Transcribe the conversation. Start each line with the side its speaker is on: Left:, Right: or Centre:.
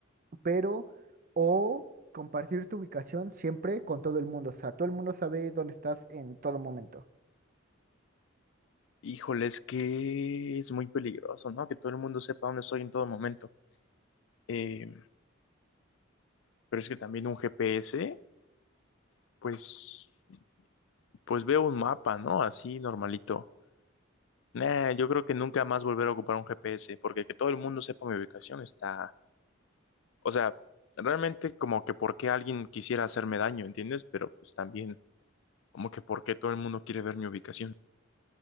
Right: pero... O compartir tu ubicación siempre con todo el mundo. O sea, todo el mundo sabe dónde estás en todo momento.
Left: Híjole, es que es muy peligroso, ¿no? Que todo el mundo sepa dónde estoy en todo momento. Eh, pero es que también un GPS, pues, pues veo un mapa, ¿no? Así normalito. Nah, yo creo que nunca más volver a ocupar un GPS, porque que todo el mundo sepa mi ubicación está, o sea, realmente como que por qué alguien quisiera hacerme daño, ¿entiendes? Pero pues también como que por qué todo el mundo quiere ver mi ubicación.